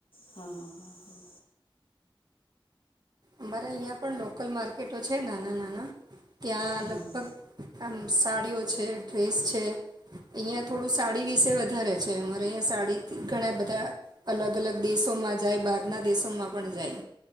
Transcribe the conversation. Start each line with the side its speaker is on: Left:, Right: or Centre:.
Left: હા હા હા.
Right: અમારે અહં પણ લોકલ માર્કેટો છે નાના નાના ત્યાં
Left: હમ
Right: લગભગ
Left: હમ હમ
Right: આમ સાડીઓ છે ડ્રેસ છે. અહિયાં થોડું સાડી વિસે વધ વધારે છે અમારે અહીંયા સાડીથી ઘણા બધા અલગ અલગ દેશોમાં જાય બહારના દેશોમાં પણ જાય.